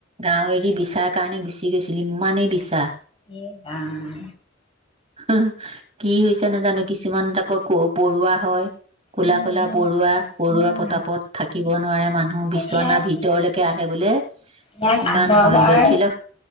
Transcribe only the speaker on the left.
এ আহ।
উম
উম
ইয়াত
ইয়াত
আগৰবাৰ